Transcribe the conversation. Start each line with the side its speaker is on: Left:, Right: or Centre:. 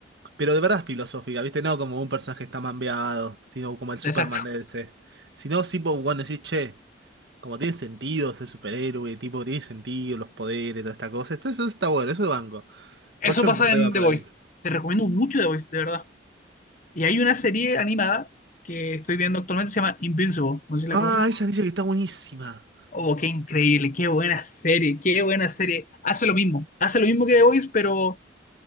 Right: pero de verdad filosófica, ¿viste? No como un personaje está mambeado, sino como el Superman
Left: Exacto.
Right: de este. Sino, sí, vos, bueno, decís, che. Como tiene sentido ser superhéroe, tipo, tiene sentido los poderes, toda esta cosa. Esto, eso está bueno, eso lo banco.
Left: Eso
Right: Bocho
Left: pasa
Right: en reba
Left: en
Right: por
Left: The Voice.
Right: ahí.
Left: Te recomiendo mucho The Voice, de verdad. Y hay una serie animada que estoy viendo actualmente, se llama Invincible, no sé si la
Right: Ah,
Left: conoces.
Right: esa dice que está buenísima.
Left: Oh, qué increíble, qué buena serie, qué buena serie. Hace lo mismo, hace lo mismo que The Voice, pero